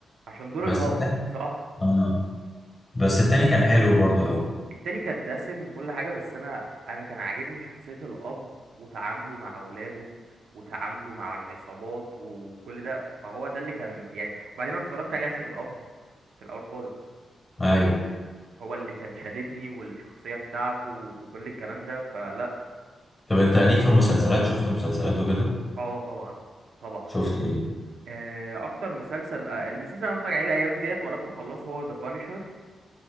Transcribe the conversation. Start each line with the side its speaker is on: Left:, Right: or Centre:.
Right: عشان دور
Left: بس
Right: الاب
Left: التاني
Right: صح
Left: آه. بس التاني كان حلو برضو أوي
Right: التاني كان دسم وكل حاجه بس انا انا كان عاجبني شخصيه الاب وتعامله مع اولاده وتعامله مع العصابات وكل ده فهو ده اللي كان يعني وبعدين انا اتفرجت عليه عشان الاب في الاول خالص
Left: أيوة
Right: هو اللي كان شاددني والشخصيه بتاعته وكل الكلام ده فلا
Left: طب أنت ليك في مسلسلات شفت مسلسلات وكده
Right: اه طبعا طبعا
Left: شفت إيه
Right: آه، اكتر مسلسل آه، المسلسل اللي انا بتفرج عليه الايام ديت وقربت اخلصه هو ذا بانشر